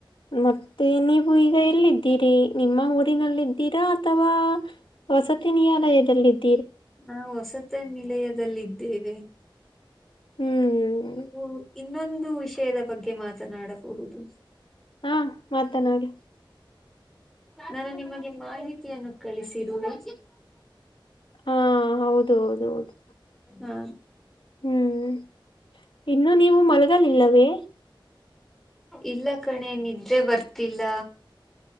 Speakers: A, on the left (about 75°); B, in the centre.
A: ಮತ್ತೆ ನೀವು ಈಗ ಎಲ್ಲಿ ಇದ್ದೀರಿ ನಿಮ್ಮ ಊರಿನಲ್ಲಿದ್ದೀರಾ ಅಥವಾ ವಸತಿ ನ್ಯಾಲಯದಲ್ಲಿದ್ದೀ
B: ಹಾ ಹೊಸತ ನಿಲಯದಲ್ಲಿದ್ ದೇವೆೇ ಹ <unintelligible>
A: ಹ್ಮ್
B: ಇನ್ನೊಂದು ವಿಷಯದ ಬಗ್ಗೆ ಮಾತನಾಡಬಹುದು
A: ಹಾ ಮಾತನಾಡಿ
B: ನಾನು ನಿಮಗೆ ಮಾಹಿತಿಯನ್ನು ಕಳಿಸಿರುವೆ
A: ಹಾ ಹೌದು ಹೌದು ಹೌದು
B: ಹಾ
A: ಹ್ಮ್ ಇನ್ನು ನೀವು ಮಲಗಲಿಲ್ಲವೇ
B: ಇಲ್ಲ ಕಣೆ ನಿದ್ದೆ ಬರ್ತಿಲ್ಲ